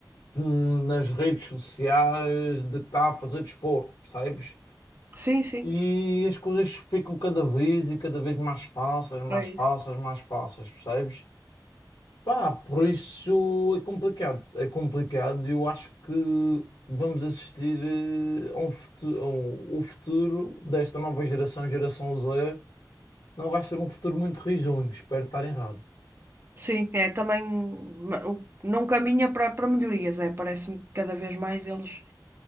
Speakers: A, on the left; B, on the right.
A: hum, nas redes sociais de que está a fazer desporto, percebes?
B: Sim, sim,
A: E as coisas ficam cada vez e cada vez mais fáceis, mais
B: é
A: fáceis,
B: isso.
A: mais fáceis, percebes? Pá, por isso é complicado. É complicado e eu acho que vamos assistir eh, a um futuro, o futuro desta nova geração, geração Z, não vai ser um futuro muito risonho. Espero estar errado.
B: Sim, é também ma- o- não caminha para para melhorias, é. Parece-me que cada vez mais eles,